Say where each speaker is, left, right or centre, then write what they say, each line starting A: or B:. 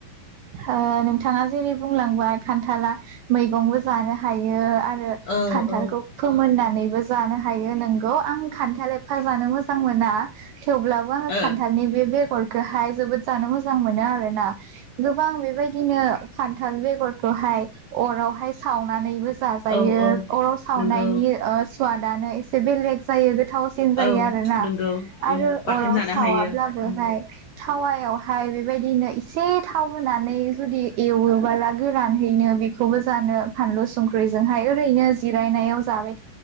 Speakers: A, on the right; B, on the left.
A: ओ नोंथाङा जेरै बुंलांबाय खान्थाला मैगंबो जानो हायो आरो रो
B: औ
A: खान्थालखौ
B: ओ
A: फोमोननानै बो जानो हायो नोंगौ आं खान्थाल एफा जानो मोजां मोजां मोना थेवब्लाबो आङो
B: औ
A: खान्थालनि बे गरखोहाय जोबोद जानो मोजां मोनो आरो ना गोबां बेबायदिनो खान्थाल बेगरखौहाय अरावहाय सावनानैबो जाजायो
B: औ औ
A: अराव सावनायनि
B: नंगौ
A: ओ स्वादानो एसे बेलेग जायो। थावसिन जायो
B: औ
A: आरो ना?
B: नंगौ
A: आरो
B: उम बाथोन
A: अराव
B: जानो
A: सावाब्लाबोहाय
B: हायो उम
A: थावायाव हाय बेबायदिनो एसे थाव होनानै जुदि एवोबोला गोरानहैनो बेखौबो जानो फानलु संख्रिजोंहाय ओरैनो जिरायनायाव जाबाय